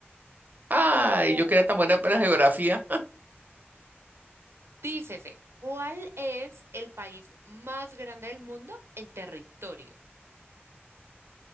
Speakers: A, on the right (about 45°); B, on the right (about 75°).
A: Ay,
B: Cu-
A: yo que era tan buena para la geografía.
B: Dícese, ¿cuál es el país más grande del mundo en territorio?